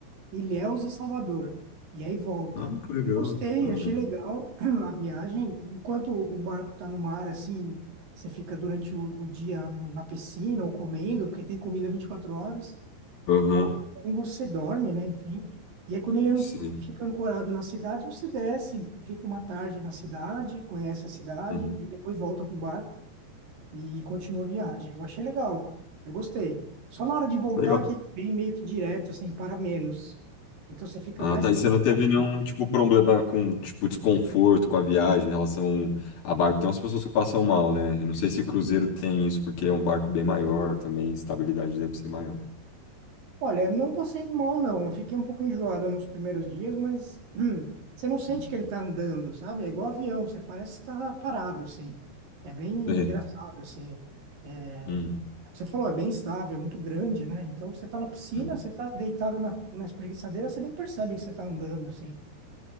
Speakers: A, on the right (about 55°); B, on the left (about 60°).
A: Ilhéus e Salvador. E aí volta.
B: Ah, que legal.
A: Eu gostei,
B: Uhum.
A: achei legal <clears throat> a viagem. Enquanto o barco tá no mar, assim, você fica durante o, o dia no- na piscina ou comendo, porque tem comida 24 horas.
B: Uhum.
A: Ou você dorme, né? Enfim. E aí, quando ele an-
B: Sim.
A: fica ancorado na cidade, você desce, fica uma tarde na cidade, conhece a cidade
B: Uhum.
A: e depois volta pro barco e continua a viagem. Eu achei legal, eu gostei. Só na hora de voltar
B: Legal.
A: que ele vem meio que direto, assim, para menos. Então você fica
B: Ah,
A: mais
B: tá.
A: tempo.
B: E você não
A: em
B: teve nenhum,
A: volta.
B: tipo, problema com, tipo, desconforto com a viagem em relação a barco? Tem umas pessoas que passam mal, né? Eu não sei se cruzeiro tem isso, porque é um barco bem maior também, estabilidade deve ser maior.
A: Olha, não passei mal, não. Eu fiquei um pouco enjoado nos primeiros dias, mas <clears throat> hum, você não sente
B: Hum.
A: que ele tá andando, sabe? É igual avião, você parece estar parado, assim. É bem engraçado,
B: É.
A: assim. É,
B: Hum,
A: Você falou, é bem estável, é muito grande, né? Então você tá na piscina,
B: hum.
A: você tá deitado na, na espreguiçadeira, você nem percebe que você tá andando, assim.